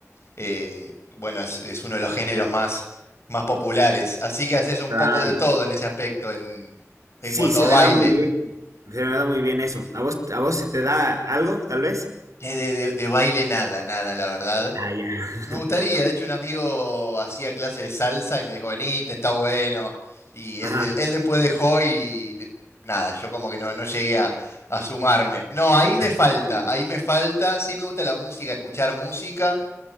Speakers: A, on the left (about 55°); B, on the right (about 80°).
A: eh, bueno, es, es uno de los géneros más, más populares. Así que haces un
B: Claro.
A: poco de todo en ese aspecto, en, en
B: Sí,
A: cuanto
B: se
A: a baile.
B: me da muy bien. Se me da muy bien eso. ¿A vos, a vos se te da algo, tal vez?
A: Eh, De, de- de baile nada, nada, la verdad.
B: Ah, ya. <laughs>
A: Me gustaría, de hecho un amigo hacía clase de salsa y me dijo, venite, está bueno. Y
B: Ajá.
A: él, él- él después dejó y de- nada, yo como que no, no llegué a, a sumarme. No, ahí me falta,
B: Ah, ya.
A: ahí me falta. Sí me gusta la música, escuchar música,